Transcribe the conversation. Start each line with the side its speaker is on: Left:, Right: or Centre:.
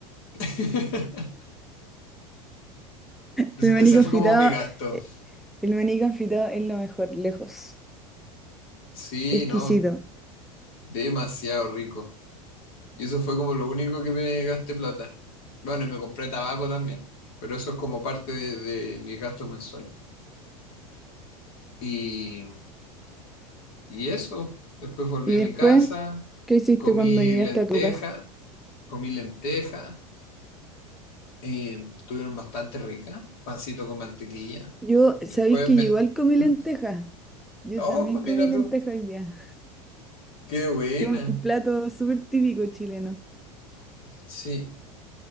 Left: <laughs> Ese
Centre: El maní
Left: ese
Centre: confitado,
Left: fue como mi gasto.
Centre: eh, el maní confitado es lo mejor, lejos,
Left: Sí,
Centre: exquisito.
Left: no, demasiado rico. Y eso fue como lo único que me gasté plata. Bueno, y me compré tabaco también, pero eso es como parte de, de mis gastos mensuales. Y, y eso, después volví
Centre: Y
Left: a
Centre: después,
Left: mi casa,
Centre: ¿qué hiciste
Left: comí
Centre: cuando llegaste
Left: lenteja,
Centre: a tu casa?
Left: comí lenteja, Eh, tuvieron bastante rica, pancito con mantequilla.
Centre: Yo,
Left: Después
Centre: ¿sabéis que
Left: me...
Centre: yo igual comí
Left: ¿Mm?
Centre: lentejas? Yo
Left: Oh,
Centre: también
Left: mira
Centre: comí lentejas
Left: tú,
Centre: hoy día,
Left: qué buena.
Centre: <laughs> que es un plato súper típico chileno.
Left: Sí,